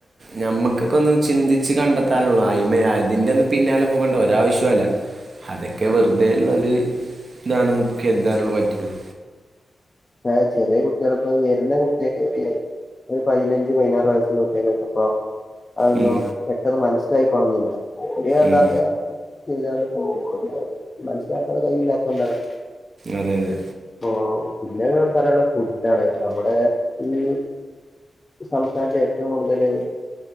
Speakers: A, on the right; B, on the left.
A: ഞമ്മുക്ക് ഒന്ന് ചിന്തിച്ച് കണ്ടെത്താലുള്ളൂ അയിമ അതിന്റെ ഒന്നും പിന്നാല പോകേണ്ട ഒരാവശ്യമില്ല അതൊക്കെ വെറുതെ ഉള്ള ഒരു ഇതാണ് നമുക്ക് കരുതാനുള്ള പറ്റുള്ളൂ
B: ആഹ് ചെറിയ കുട്ടികൾ ഇപ്പ വരുന്ന കുട്ടിയൊക്കെ ചെറിയ ഒരു പതിനഞ്ച് പതിനാറ് വയസ്സുള്ള കുട്ടികൾക്കൊക്കെ ഇപ്പൊ അതൊന്നും
A: ഉം,
B: പെട്ടെന്ന് മനസ്സിലായിക്കോള്ളണമെന്നില്ല പൊതുവെ അതാണ്
A: ഉം.
B: <unintelligible> മനസ്സിലാക്കാനുള്ള കഴിവില്ലാത്ത കൊണ്ടാണ്
A: അതെ അതെ
B: ഓ പിന്നെ പറയാനുള്ള ഫുഡാണ് നമ്മുടെ ഈ സംസ്ഥാനത്തെ ഏറ്റവും കൂടുതല്